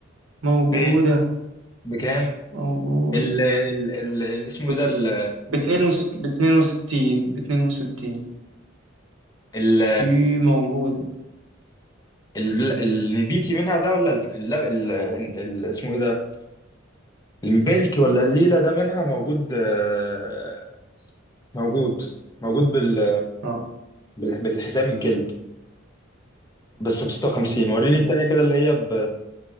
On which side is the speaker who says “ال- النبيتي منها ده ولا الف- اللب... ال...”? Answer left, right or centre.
Left